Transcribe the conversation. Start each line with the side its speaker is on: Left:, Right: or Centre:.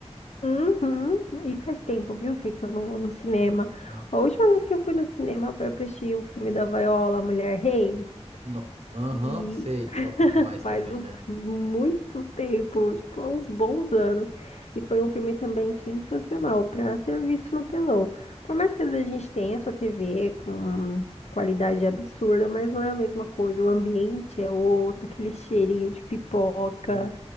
Left: Uhum. E faz tempo, viu, Fê, que eu não vou no cinema.
Right: Ah,
Left: A última vez que eu fui no cinema foi pra assistir o filme da Viola, Mulher Rei.
Right: Não, aham,
Left: E
Right: sei,
Left: <laughs>
Right: top demais
Left: faz
Right: também,
Left: um-
Right: né?
Left: muito tempo, tipo, há uns bons anos. E foi um filme também sensacional para ser visto no telão. Por mais que às vezes a gente tenha essa TV com qualidade absurda, mas não é a mesma coisa. O ambiente é outro, aquele cheirinho de pipoca.
Right: Hum.